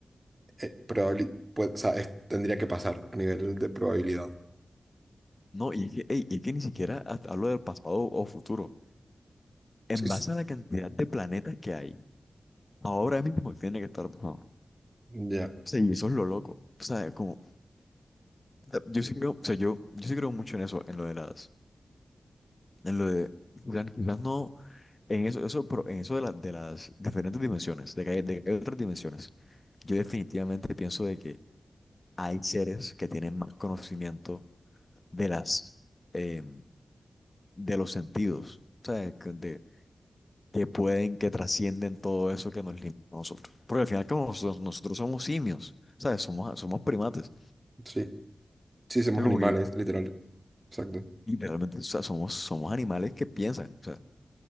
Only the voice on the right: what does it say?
eh, probabli- pues, o sea, es- tendría que pasar a nivel de probabilidad.
Sí,
sí,
ya,
sí. Sí, somos
animales,
literal. Exacto.